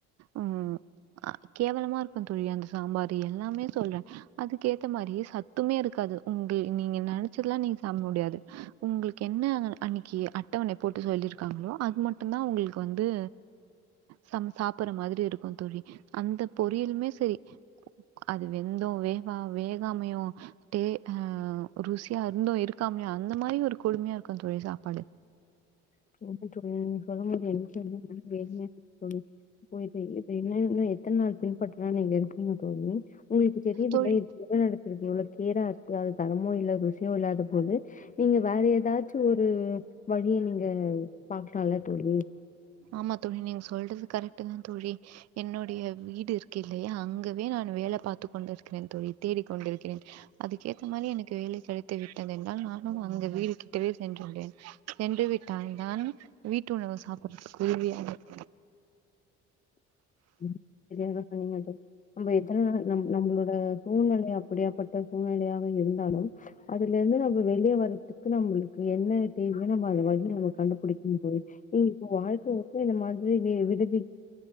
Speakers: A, on the right (about 55°); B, on the left (about 25°).
A: உம் ஆ கேவலமா இருக்கும் தோழி அந்த சாம்பார் எல்லாமே சொல்றே அதுக்கேத்த மாரியே சத்துமே இருக்காது உங்க நீங்க நெ ச்சதுலா நீங்க சாப்பிட முடியாது உங்களுக்கு என்ன அன்னைக்கு அட்டவணை போட்டு சொல்லியிருக்காங்களோ அது மட்டும்த்தா உங்களுக்கு வந்து சம் சாப்பற மாதிரி இருக்கும் தோழி அந்த பொரியலுமே சரி அது வெந்து வேகா வேகாமையு டே ஆ ருசியா இருந்து இருக் காமயும் அந்த மாரி ஒரு கொடுமையா இருக்கு தோழி சாப்பாடு
B: <unintelligible> தோழி நீங்க சொல்லும் போது எனக்கே <unintelligible> இருக்கு தோழி ஓ இது இது இன்னு இன்னு எத்தன நாள் பின்பற்றலா நீங்க இருக்கீங்க தோழி உங்களுக்கு தெரியுத்தில்லா
A: தோழி
B: <unintelligible> அது தரமு இல்ல ருசியு இல்லதா போது நீங்க வேற ஏதாச்சு ஒரு வழிய நீங்க பாக்கலால தோழி
A: ஆமா தோழி நீங்க சொல்றது கரெக்ட் தா தோழி என்னுடைய வீடு ருக்கில்லையா அங்கவே நானு வேல பாத்து கொண்டிருக்கிறே தோழி தேடிக் கொண்டிருக்கிறே அதுக்கேத்த மாரி எனக்கு வேலை கிடைத்து விட்டது என்றால் நானும் அங்க வீடு கிட்டவே சென்று விடுவேன் சென்று விட்டால் தான் வீட்டு உணவு சாப்பிடுறதுக்கு உதவியாருக்கு
B: ம் <unintelligible> நம்ம எத்துன நம் நம்மளோட சூழ்நிலை அப்படியாப்பட்ட சூழ்நிலையாக இருந்தாலும் அதுல இருந்து நம்ம வெளிய வர்றதுக்கு நம்மளுக்கு என்ன இல்ல நம்ம அத வந்து நம்ம கண்டுபிடிக்கணு தோழி <unintelligible> இப்போ வாழ்க்க வந்து அந்த மாரி <unintelligible> சாப்ட்டுட்டு